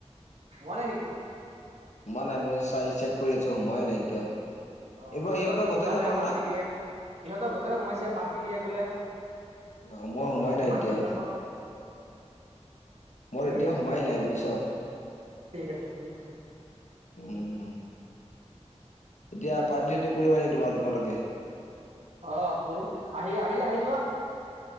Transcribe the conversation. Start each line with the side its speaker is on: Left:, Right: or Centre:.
Right: সোমোৱাই নাই নেকি?
Left: সোমোৱা নাই। মই চাই, চেক কৰিছোঁ, সোমোৱাই নাই এতিয়াও।
Right: অ'!
Left: এইবাৰ
Right: ইহঁতৰ
Left: সিহঁতৰ
Right: বোলে,
Left: গোটেইৰে
Right: সোমালে,
Left: সোমাল
Right: পাৰ্টি
Left: না
Right: দিয়ে। সিহঁতৰ গোটৰে সোমাইছে, পাৰ্টি দিয়ে বোলে।
Left: অ মোৰ সোমাই
Right: <unintelligible>
Left: নাই
Right: মাতিল
Left: এতিয়াও
Right: আকৌ।
Left: মোৰ
Right: ঠিক
Left: এতিয়াও
Right: আছে
Left: সোমাই
Right: দিয়া,
Left: নাই বুজিছ
Right: ঠিক আছে, ঠিক আছে।
Left: উম! এতিয়া, পাৰ্টি- চাৰ্টি কৰিবা নেকি, <unintelligible> তোমালোকে?
Right: অ'! ‌কৰোঁ। আহি, আহিলে আহি যোৱা।